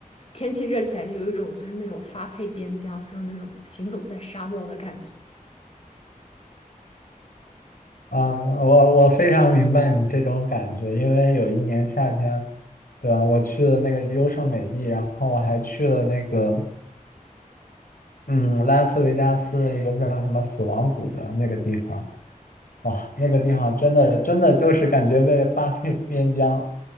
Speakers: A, on the left; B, on the left.
A: 天气热起来就有一种就是那种发配边疆，就是那种行走在沙漠的感觉。
B: 啊，我我非常明白你这种感觉，因为有一年夏天，对吧？我去了那个优胜美地，然后我还去了那个嗯拉斯维加斯的一个叫什么死亡谷的那个地方。哇，那个地方真的真的就是感觉被发 <laughs> 配边疆，